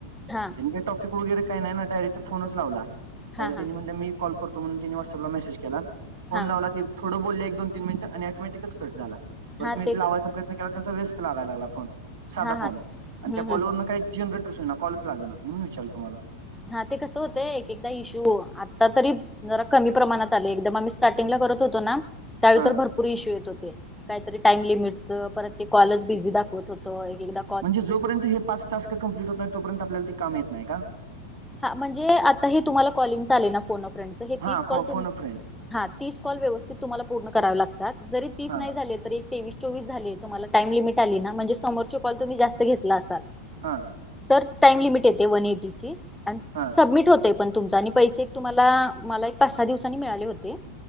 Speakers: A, in the centre; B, on the right.
A: हा
B: ते नी काय टॉपिक वगैरे काही नाही ना डायरेक्ट फोनच लावला, पहिला
A: हा
B: त्यांनी
A: हा
B: म्हटल्या मी कॉल करतो म्हणून त्यांनी व्हॉट्सअपला मेसेज केला फोन
A: हा
B: लावला ती थोडं बोलल्या एक दोन तीन मिनट आणि ऑटोमॅटिकच कट झाला, परत
A: हा
B: मि
A: ते
B: लावायचा प्रयत्न मी केला त्यांचा व्यस्त लागाय लागला फोन, साधा
A: हा
B: फोन
A: हा
B: अणत्या
A: हम्म
B: कॉल
A: हम्म
B: वरण काय जनर प्रश्न येना, कॉलच लागना, म्हणून विचारल तुम्हाला.
A: हां ते कसं होतय एक एकदा इश्यू आता तरी जरा कमी प्रमाणात आलय, एकदम आम्ही स्टार्टिंगला करत होतो ना त्यावेळी
B: हा
A: तर भर पूर इशू येत होते, काहीतरी टाईम लिमिटचं, परत ते कॉलच बिझी दाखवत होत एक येकदा
B: म्हणजे जोपर्यंत हे पाच टास्क कम्प्लीट होत नाही तोपर्यंत आपल्याला ते काम येत नाही का
A: हा म्हणजे आता हे तुम्हाला कॉलिंगच आलय ना फोन अ फ्रेंडच हे
B: हां
A: तिस कॉल
B: खो
A: तुम्ही
B: फोन अ फ्रेंड.
A: हा तीस कॉल व्यवस्थित तुम्हाला पूर्ण करावे लागतात जरी तीस
B: हां,
A: नाही झाले तरी एक तेवीस चोवीस झाले तुम्हाला टाईम लिमिट आली ना म्हणजे समोरचे कॉल तुम्ही जास्त घेतला असाल
B: हा
A: तर टाइम लिमिट येते वन एटी ची अन्
B: हां,
A: सबमिट होतय पण तुमच आणि पैसे एक तुम्हाला मला एक पाच सहा दिवसानी मिळाले होते